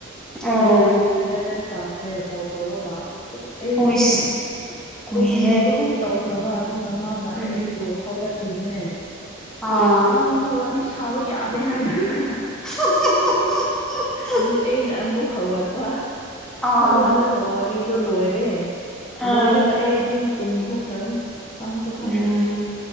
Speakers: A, in the centre; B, on the left.
A: ꯑꯣ
B: ꯏꯂꯥꯚꯦꯟ ꯏꯂꯚꯦꯟ ꯇꯥꯈ꯭ꯔꯦ ꯇꯧ ꯇꯧꯔꯒ ꯑꯗꯨ ꯑꯩꯁꯦ
A: ꯑꯣꯏꯁ ꯀꯨꯏꯍꯦ
B: ꯇꯨꯝꯕꯒꯨꯝ ꯇꯧꯈ꯭ꯔꯕ ꯑꯗꯨꯅ ꯃꯥꯅ
A: ꯎꯝ
B: ꯑꯩꯕꯨ ꯍꯧꯒꯠꯄꯤꯕꯅꯦ
A: ꯑꯥ
B: ꯑꯁ ꯅꯪꯗꯤ ꯋꯥꯔꯤ ꯊꯥꯕ ꯌꯥꯗꯦ ꯍꯥꯏ <unintelligible>
A: <unintelligible>
B: ꯑꯗꯨ ꯑꯩꯅ ꯑꯃꯨꯛ ꯍꯧꯒꯠꯄ
A: ꯑꯥ
B: ꯍꯧꯒꯠꯂꯒ ꯋꯥꯔꯤꯗꯣ ꯂꯣꯏꯔꯦ
A: ꯑꯥ
B: ꯂꯣꯏꯔꯒ ꯑꯩ ꯑꯗꯨꯝ ꯇꯨꯝꯊꯣꯛꯈ꯭ꯔꯕꯅꯤ ꯈꯪꯁꯨ ꯈꯪꯗ꯭ꯔꯦ
A: ꯎꯝ